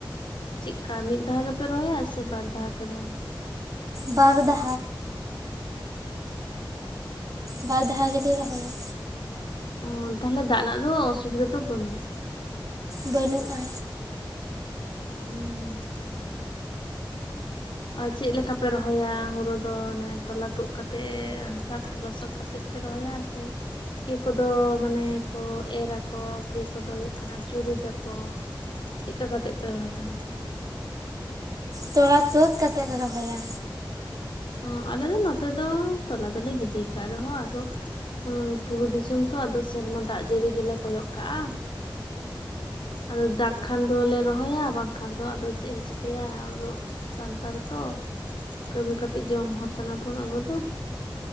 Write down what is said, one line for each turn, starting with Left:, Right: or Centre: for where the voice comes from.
Left: ᱪᱮᱫ ᱠᱟ ᱢᱤᱫ ᱫᱷᱟᱣ ᱜᱮᱯᱮ ᱨᱚᱦᱚᱭᱟ ᱥᱮ ᱵᱟᱨ ᱫᱷᱟᱣ ᱯᱮ ᱨᱚᱦᱚᱭᱟ?
Right: ᱵᱟᱨ ᱫᱷᱟ ᱵᱟᱨ ᱫᱷᱟ ᱜᱮᱞᱮ ᱨᱚᱦᱚᱭᱟ᱾
Left: ᱚ ᱛᱟᱦᱚᱞᱮ ᱫᱟᱜ ᱨᱮᱱᱟᱜ ᱫᱚ ᱚᱥᱩᱵᱤᱫᱟ ᱫᱚ ᱵᱟᱹᱱᱩᱜ?
Right: ᱵᱟᱹᱱᱩᱜ-ᱟ᱾
Left: ᱩᱸᱻ ᱟᱨ ᱪᱮᱫ ᱞᱮᱠᱟ ᱯᱮ ᱨᱚᱦᱚᱭᱟ ᱦᱩᱲᱩ ᱫᱚ ᱚᱱᱮ ᱛᱚᱞᱟ ᱛᱩᱫ ᱠᱟᱛᱮᱫ ᱦᱟᱥᱟ ᱞᱚᱥᱚᱫ ᱠᱟᱛᱮᱫ ᱯᱮ ᱨᱚᱦᱚᱭᱟ ᱥᱮ ᱠᱮᱣ ᱠᱚᱫᱚ ᱢᱟᱱᱮ ᱠᱚ ᱮᱨ ᱟᱠᱚ ᱠᱮᱣ ᱠᱚᱫᱚ ᱦᱩᱭᱩᱜ ᱠᱟᱱᱟ ᱪᱩᱨᱩᱡᱟ ᱠᱚ ᱪᱮᱫᱠᱟ ᱠᱟᱛᱮᱜ ᱯᱮ ᱨᱚᱦᱚᱭᱟ?
Right: ᱛᱚᱲᱟ ᱛᱳᱫ ᱠᱟᱛᱮ ᱞᱮ ᱨᱚᱦᱚᱭᱟ᱾
Left: ᱚ ᱟᱞᱮ ᱫᱚ ᱱᱚᱛᱮ ᱫᱚ ᱛᱚᱞᱟ ᱫᱚᱞᱮ ᱜᱤᱰᱤ ᱠᱟᱫ ᱨᱮᱦᱚᱸ ᱟᱫᱚ ᱵᱩᱨᱩ ᱫᱤᱥᱚᱢ ᱛᱚ ᱟᱫᱚ ᱥᱮᱨᱢᱟ ᱫᱟᱜ ᱡᱟᱹᱲᱤ ᱜᱮᱞᱮ ᱠᱚᱭᱚᱜ ᱠᱟᱜᱼᱟ ᱟᱫᱚ ᱫᱟᱜ ᱠᱷᱟᱱ ᱫᱚᱞᱮ ᱨᱚᱦᱚᱭᱟ ᱵᱟᱝᱠᱷᱟᱱ ᱫᱚ ᱟᱫᱚ ᱪᱮᱫ ᱮᱢ ᱪᱤᱠᱟᱭᱟ ᱟᱫᱚ ᱥᱟᱱᱛᱟᱲ ᱛᱚ ᱠᱟᱹᱢᱤ ᱠᱟᱛᱮᱜ ᱡᱚᱢ ᱦᱚᱲ ᱠᱟᱱᱟᱵᱚᱱ ᱟᱵᱚ ᱫᱚ